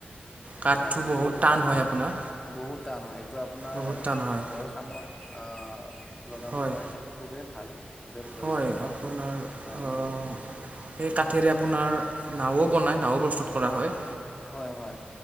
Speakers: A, on the right (about 40°); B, on the left (about 20°).
A: কাঠটো
B: এইটো ৰাজ্যিক
A: বহুত
B: বুলি ধৰা
A: টান
B: হয়
A: আপোনাৰ
B: বহুত টান হয় এইটো আপোনাৰ
A: বহুত টান হয়
B: ঘৰৰ কামত আহ লগাব
A: হয়
B: পাৰিলে খুবেই ভাল। খুবেই
A: হয় আপোনাৰ
B: প্ৰয়োজনীয় আৰু
A: সেই কাঠিৰে আপোনাৰ নাও বনায় নাও প্ৰস্তুত কৰা হয়।
B: হয় হয়।